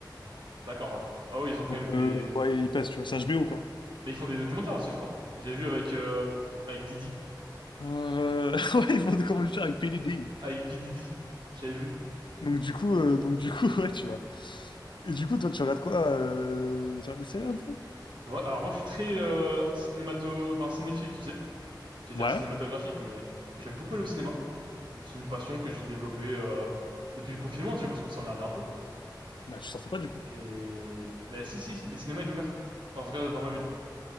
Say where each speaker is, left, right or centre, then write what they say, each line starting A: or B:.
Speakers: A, on the right (about 80°); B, on the left (about 80°).
A: D'accord, ouais. Ah oui, ils ont quand
B: Donc,
A: même des,
B: euh, ouais, ils pèsent, tu vois, c'est HBO, quoi.
A: mais ils font des documentaires aussi, je crois. J'ai vu avec, euh, avec Didi,
B: Euh... <laughs> Ouais, ils font des combats avec PDD.
A: avec P. Didi. J'avais vu.
B: Donc du coup, euh, donc du coup, <laughs> ouais, tu vois. Et du coup, toi, tu regardes quoi euh, Tu regardes des séries un peu?
A: Ouais, alors moi je suis très euh, cinémato, enfin cinéphile, tu sais. J'allais
B: Ouais.
A: dire cinématographique, mais j'aime beaucoup aller au cinéma. C'est une passion que j'ai développée euh, depuis le confinement, tu sais, parce qu'on s'emmerdait un peu.
B: Bah, tu sortais pas du coup.
A: Et ben si si, les cinémas étaient ouverts. Enfin, En tout cas dans ma ville.